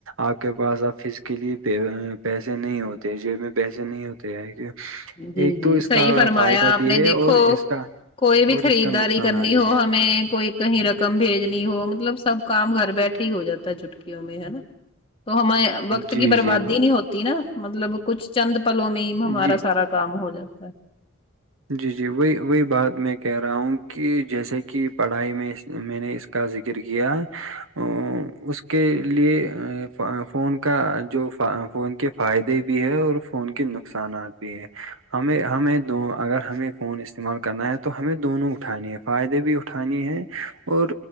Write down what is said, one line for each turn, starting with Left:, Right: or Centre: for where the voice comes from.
Right: آپ کے پاس آ فز کےلی پ پیسے نہیں ہوتے جیب میں پیسے نہیں ہوتے ہے کہ
Left: جی
Right: ایک
Left: جی
Right: تو
Left: صحیح
Right: اس کا
Left: فرمایا
Right: فائدہ
Left: آپ
Right: بھی
Left: نے
Right: ہے
Left: دیکھو
Right: اور اس کا
Left: کوئی بھی
Right: اور
Left: خریدداری
Right: اس کا نقصانات
Left: کرنی
Right: بھی
Left: ہو
Right: ہے
Left: ہمیں کوئی کہیں رقم بھیجنی ہو مطلب سب کام گھر بیٹھے ہی ہو جاتا ہے چھٹکیوں میں ہے نا تو ہمیں وقت
Right: جی
Left: کی بربادی
Right: جی
Left: نہیں ہوتی نا مطلب کچھ چند پلوں میں ہی ہمارا
Right: جی
Left: سارا کام ہو جاتا ہے
Right: جی جی وہی وہی بات میں کہہ رہا ہوں کہ جیسے کہ پڑھائی میں میں نے اس کا سکرک ا اس کے لیے فون کا جو فون کے فائدے بھی ہے اور فون کے نقصانات بھی ہے ہمیں ہمیں دو اگر ہمیں فون استعمال کرنا ہے تو ہمیں دونوں اٹھانی ہے فائدے بھی اٹھانیے ہیں اور